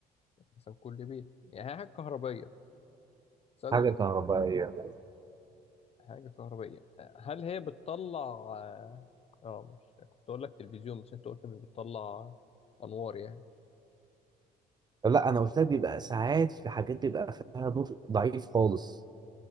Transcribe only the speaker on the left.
مثلا كل بيت يعني هي حاجة كهربية بتستخدم
في حاجة كهربية آه، هل هي بتطلع اه آه، مش كنت أقول لك تلفزيون بس أنت قلت مش بتطلع أنوار يعني